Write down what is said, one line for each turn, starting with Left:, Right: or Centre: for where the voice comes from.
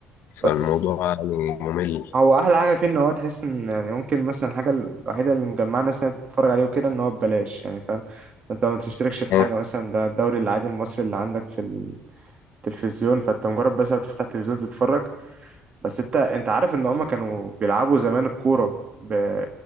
Left: فالموضوع
Right: بس
Left: يعني ممل
Right: هو احلى حاجة فيه ان هو تحس ان يعني ممكن مثلا الحاجة الوحيدة اللي مجمعة ناس انها تتفرج عليه وكده ان هو ببلاش يعني فاهم انت ما تشتركش في
Left: اه
Right: حاجة مثلا ده الدوري العادي المصري اللي عندك في التلفزيون فانت مجرد بس بتفتح التلفزيون تتفرج بس انت انت عارف ان هما كانوا بيلعبوا زمان الكورة ب...